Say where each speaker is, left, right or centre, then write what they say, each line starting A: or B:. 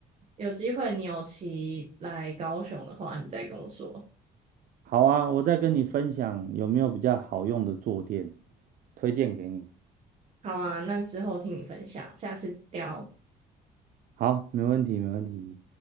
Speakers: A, on the right (about 40°); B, on the right (about 55°).
A: 有机会你有骑来高雄的话，你再跟我说。
B: 好啊，我再跟你分享有没有比较好用的坐垫，推荐给你。
A: 好啊，那之后听你分享，下次聊。
B: 好，没问题，没问题。